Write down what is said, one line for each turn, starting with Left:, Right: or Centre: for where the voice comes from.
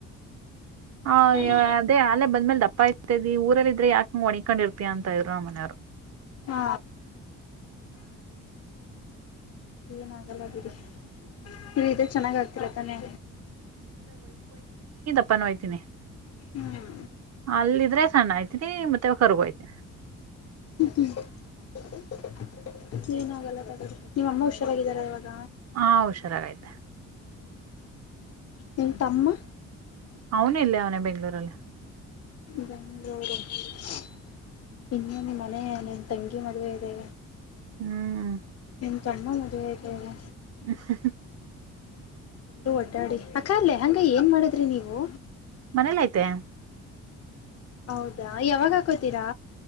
Right: ಹ
Left: ಬಿಡಿ
Right: ಅದೇ ಆಲೆೇ ಬಂದ್ಮೇಲೆ ದಪ್ಪ ಆಯ್ತ ಮದಿ ಊರಲ್ಲ ಇದ್ರೆ ಯಾಕಂಗ ಹೊಣಕೊಂಡಿರ್ತೀಯ ಅಂತ ಇದ್ಮ್ಮ ಮನೆಯವರು
Left: ಹಾ ಏನಾಗಲ್ಲ ಬಿಡಿ ನೀವ ಇದೇ ಚೆನ್ನಾಗ್ ಆಗ್ತಿರ ತಾನೆ
Right: ದಪ್ಪಯ್ತೀನಿ
Left: ಹ್ಮ್
Right: ಅಲ್ಲ ಇದ್ರೆ ಸಣ್ಣ ಆಯ್ತೀನಿ ಮತ್ತ ವ ಹರಪಯತ <inaudible>
Left: ಹ್ಮ ಹ್ಮ್ ಏನಾಗಲ್ಲ ತಡಿ ನಿಮ್ಮ ಅಮ್ಮ ಹುಷಾರಾಗಾರ ಇವಾಗ
Right: ಹಾ ಹುಷಾರಾಗೈತೆೆ
Left: ನಿ ತಮ್ಮ
Right: ಅವನು ಇಲ್ಲೇ ಅವನ ಬೆಂಗ್ಳೂರಲ್ಲಿ
Left: ಬೆಂಳೂರು <inaudible> ಇನ್ನೇನು ಮನೆ ನಿನ್ ತಂಗಿ ಮದ್ವೆ ಇದೆ
Right: ಹ್ಮ್
Left: ಇ ನಿಮ್ ತಮ್ಮ ಮದುವೆ ಆಯ್ತೇನೋ
Right: ಹ್ಮ
Left: ಒ ಒಡ್ಡಾಡಿ ಅಕ್ಕ ಲೆಹೆಂಗಾ ಏನ್ ಮಾಡಿದ್ರಿ ನೀವು
Right: ಮನೇಲ್ಲಿ ಐತೆ
Left: ಹೌದಾ ಯಾವಾಗ ಹಾಕೋತೀರಾ